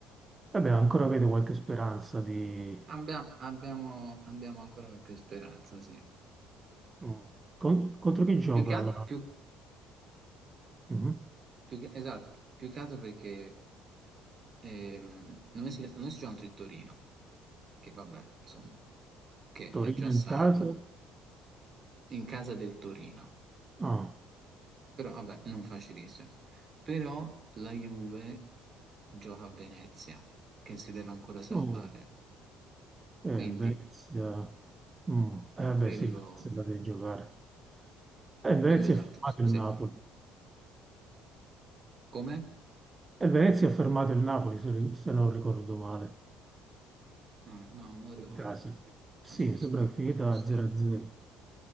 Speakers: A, on the right; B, on the right.
A: Vabbè, ancora avete qualche speranza di...
B: abbia- abbiamo, abbiamo ancora qualche speranza, sì.
A: Mm. Con- contro chi gioca
B: Più che altro,
A: la...
B: più,
A: Mhm.
B: più che- esatto, più che altro perché ehm, noi, si, noi siamo contro il Torino, che vabbè, insomma, che
A: Torino
B: è già salvo
A: in casa?
B: in casa del Torino,
A: Ah,
B: però vabbè, non facilissimo. Però la Juve gioca a Venezia, che si deve ancora salvare,
A: no. Eh,
B: quindi
A: Venezia. Mm. Eh, vabbè,
B: quello
A: sì, Venezia la devi giocare. E Venezia
B: Quello esatto,
A: ha
B: sì.
A: fermato
B: sì.
A: il Napoli.
B: Come?
A: E Venezia ha fermato il Napoli, se, ri- se non ricordo male.
B: Ah, no, non lo ricordo,
A: In casa. Sì,
B: ma ci può,
A: mi sembra
B: ci
A: che è finita
B: può stare.
A: 0-0.